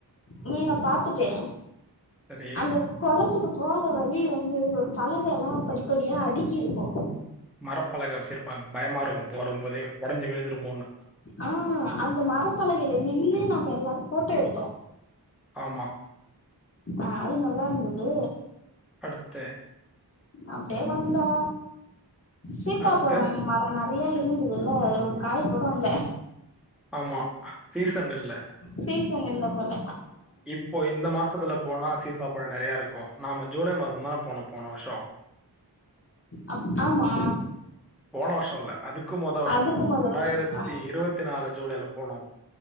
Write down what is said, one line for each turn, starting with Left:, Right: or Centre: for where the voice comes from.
Left: மீன பாத்துட்டு
Centre: சரி
Left: அந்த கொளத்துக்கு போற வழி வந்து ஒரு பலகையெல்லா படிப்படியா அடுக்கிருக்கு
Centre: மரப்பலக வச்சுருப்பாங்க பயமா இருக்கு போடும் போதே ஒடஞ்சு விழுந்துருமோன்னு
Left: ஆ அந்த மரப்பலகைல நின்னு நம்ப எல்லாரு போட்டோ எடுத்தோ
Centre: ஆமா
Left: ஆ அது நல்லா இருந்தது
Centre: அடுத்தெ
Left: அப்டியே வந்தோ சீத்தாபழொ
Centre: அடுத்து
Left: இங் மர அப்ப நெறையா இருந்துதுல்ல அதுல ஒரு காய் கொட இல்ல
Centre: ஆமா சீசன் இல்ல
Left: சீசன் இல்ல பொல
Centre: இப்போ இந்த மாசத்துல போனா சீசாப்பழொ நெறைய இருக்கு நாம ஜூலை மாசந் தான போனோ போன வர்ஷோ
Left: அப் ஆமா
Centre: போன வர்ஷோ இல்ல அதுக்கு மொத வர்ஷோ
Left: அதுக்கு
Centre: போனோ
Left: மொத
Centre: ரெண்டாயிரத்தி
Left: வருஷ் ஆ
Centre: இருவத் த்து நாலு ஜூலைல போனோ